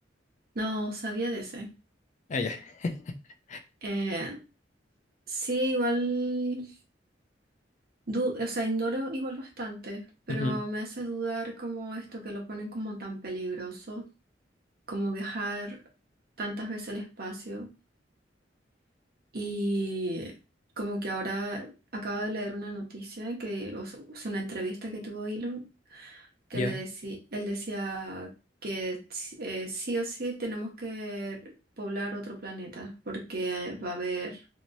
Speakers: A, on the right; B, on the left.
A: No sabía de ese.
B: Ah, ya. <laughs>
A: Eh, sí, igual, du- o sea, ignoro igual bastante, pero
B: Ujú,
A: me hace dudar como esto que lo ponen como tan peligroso, como viajar tantas veces al espacio. Y como que ahora acabo de leer una noticia que, o sea, o una entrevista que tuvo Elon, que
B: Ya.
A: le decía, él decía que s- eh, sí o sí tenemos que poblar otro planeta porque va a haber,